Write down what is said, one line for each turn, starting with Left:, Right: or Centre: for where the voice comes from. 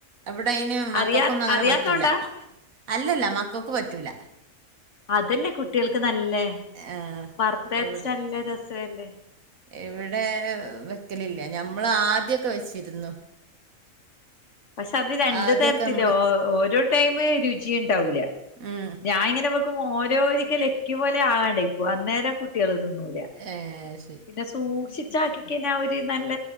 Right: അവിടെ അയിന് മക്കൾക്കൊന്നും
Left: അറിയാ
Right: അങ്ങനെ
Left: അറിയാത്തോണ്ടാ
Right: പറ്റൂല അല്ലല്ല മക്കൾക്ക് പറ്റൂല
Left: അതല്ലേ കുട്ടികൾക്ക് നല്ലേ
Right: ആഹ്
Left: വറുത്തരച്ച്
Right: അവിടെ
Left: നല്ല രസല്ലേ
Right: ഇവിടെ വെക്കലില്ല ഞമ്മള് ആദ്യക്കെ വെച്ചിരുന്നു
Left: പക്ഷെ അത് രണ്ടു
Right: ആദ്യൊക്കെ
Left: തരത്തി
Right: നമ്മള്
Left: ഓരോ ടൈം രുചി ഐണ്ടാവൂല്ല
Right: ഉം
Left: ഞാനിങ്ങനെ ഓരോ ഒരിക്കലക്കി പോലെ ആകാണ്ട ഇപ്പൊ അന്നേരം കുട്ടികൾ തിന്നൂല
Right: ഏഹ് ശരി
Left: പിന്നെ സൂക്ഷിച്ചാക്കിക്കഴിഞ്ഞാ ഒരു നല്ല